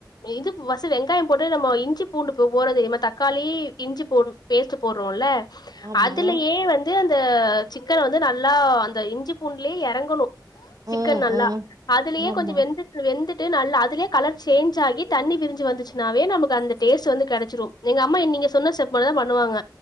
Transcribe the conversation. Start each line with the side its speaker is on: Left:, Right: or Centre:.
Left: இது பர்ஸ்ட் வெங்காயம் போட்டு நம்ம இஞ்சிப் பூண்டு இப்போ போடுறோ தெரியுமா தக்காளி இஞ்சி போட பேஸ்ட்டு போடுறோம்ல
Right: ஆமா
Left: அதுலயே வந்து அந்த சிக்கன் வந்து நல்லா அந்த இஞ்சி பூண்டுலேயே எறங்கணும்
Right: ஆ
Left: சிக்கன் நல்லா
Right: ஆ
Left: அதுலயே
Right: ஆமா
Left: கொஞ்சம் வெந்து வெந்துட்டு நல்லா அதுலேயே கலர் சேஞ்ச் ஆகி தண்ணி பிரிஞ்சி வந்துச்சுனாவே நமக்கு அந்த டேஸ்ட் வந்து கிடைச்சிரும் எங்க அம்மா நீங்க சொன்ன ஸ்டெப் மாறிதான் பண்ணுவாங்க